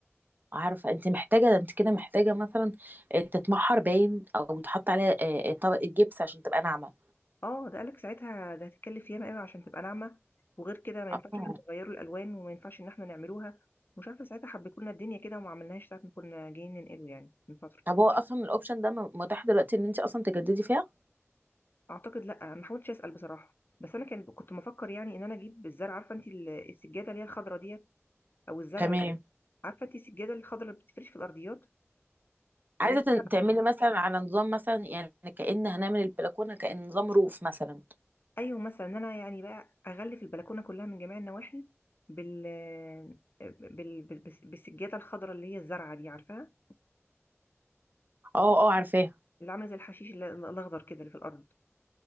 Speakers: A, on the right (about 40°); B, on the left (about 45°).
A: عارفة انت محتاجة ده انت كده محتاجة مثلا آه، تتمحر باين او تحط عليها آه، آه، طبقة جبس عشان تبقى ناعمة
B: اه ده قالك ساعتها ده هتتكلف ياما قوي عشان تبقى ناعمه وغير كده ما
A: آه.
B: ينفعش احنا نغيروا الالوان وما ينفعش ان احنا نعملوها مش عارفه ساعتها حبيتوا لنا الدنيا كده وما عملناهاش ساعه ما كنا جايين ننقله يعني من فتره
A: طب هو اصلا الاوبشن ده م- متاح دلوقتي ان انت اصلا تجددي فيها
B: اعتقد لا ما حاولتش اسال بصراحه بس انا كان كنت مفكر يعني ان انا اجيب الزرع عارفه انت ال- السجاده اللي هي الخضراء ديت او الزرع
A: تمام
B: عارفه انت السجاده الخضراء اللي بتفرش في الارضيات اللي
A: عايزة
B: هي الزرع
A: تن- تعملي مثلا على نظام مثلا يعني كأن هنعمل البلكونة كأن نظام روف مثلا
B: ايوه مثلا ان انا يعني بقى اغلف البلكونه كلها من جميع النواحي بال بال بال- بالسجاده الخضراء اللي هي الزرعه دي عارفاها
A: اه اه عارفاه
B: اللي عامله زي الحشيش ال- ال- الاخضر كده اللي في الارض